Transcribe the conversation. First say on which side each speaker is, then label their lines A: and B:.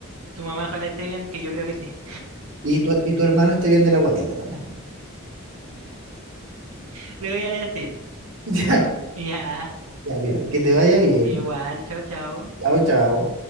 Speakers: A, on the right; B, on the right.
A: tu mamá ojalá esté bien, que yo creo que sí.
B: Y tu, y tu hermano esté bien de la guatita también. <laughs>
A: <laughs> Le voy a decir.
B: Ya,
A: Ya,
B: ya, mira, que te vaya bien.
A: igual, chao, chao.
B: Chao, chao.